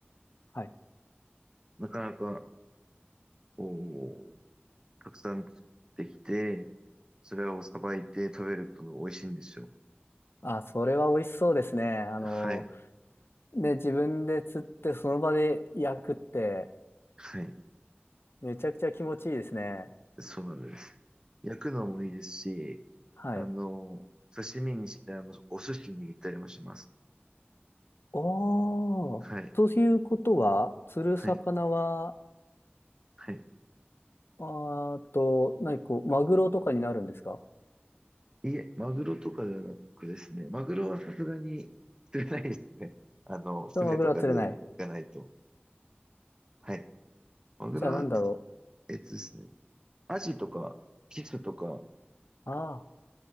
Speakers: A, on the left; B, on the right.
A: はい。
B: なかなか、こう、たくさん釣ってきて、それをさばいて食べると美味しいんですよ。
A: あ、それは美味しそうですね。あの、
B: はい。
A: で、自分で釣って、その場で焼くって、
B: はい。
A: めちゃくちゃ気持ちいいですね。
B: そうなんです。焼くのもいいですし、
A: はい。
B: あの、刺身にして、あの、お寿司に握ったりもします。
A: おお、
B: はい。
A: ということは、釣る魚は、
B: はい。はい。
A: あーっと、何こう、マグロとかになるんですか
B: いえ、マグロとかではなくですね。マグロはさすがに釣れないですね。あの、船とかで行かないと。
A: そのマグロは釣れない。
B: はい。マグロは、
A: じゃあなんだろ
B: えっとですね。アジとか、キスとか、
A: う。ああ。